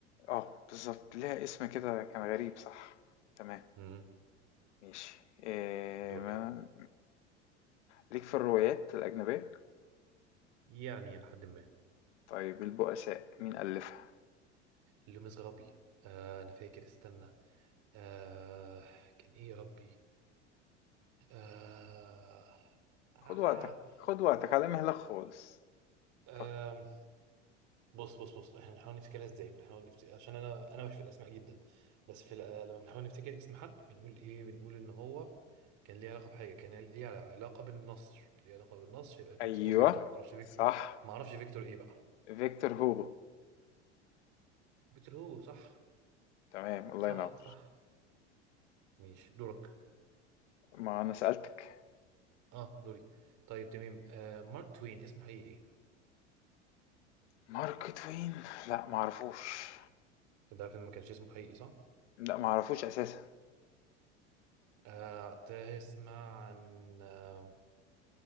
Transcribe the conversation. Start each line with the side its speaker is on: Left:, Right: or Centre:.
Left: اه بالظبط ليها اسم كده كان غريب صح تمام
Right: امم
Left: ماشي إيه
Right: دورك
Left: ما
Right: يا عم.
Left: ليك في الروايات الأجنبية
Right: يعني لحد ما
Left: طيب البؤساء مين ألفها
Right: لمس غبل آه انا فاكر استنى آه كان ايه يا ربي آه آه
Left: خد وقتك خد وقتك على مهلك خالص
Right: آه
Left: فكر
Right: بص بص بص احنا بنحاول نفتكرها ازاي بنحاول نفتكر عشان انا انا مش في الاسماء جدا بس في الأ- لما بنحاول نفتكر اسم حد بنقول ايه بنقول ان هو كان ليه علاقه بحاجه كان ليه عل- علاقه بالنصر ليه علاقه بالنصر يبقى كان
Left: أيوه
Right: اسمه فيكتور ما اعرفش فيكتور
Left: صح
Right: ما اعرفش فيكتور ايه بقى
Left: فيكتور هوجو
Right: فيكتور هو صح
Left: تمام الله
Right: صح
Left: ينور
Right: صح ماشي دورك
Left: ما أنا سألتك
Right: اه دوري طيب تمام آه مارك توين اسمه الحقيقي ايه
Left: مارك توين لا معرفوش
Right: انت عارف ان ما كانش اسمه الحقيقي صح
Left: لا معرفوش أساسا
Right: آه تسمع عن آه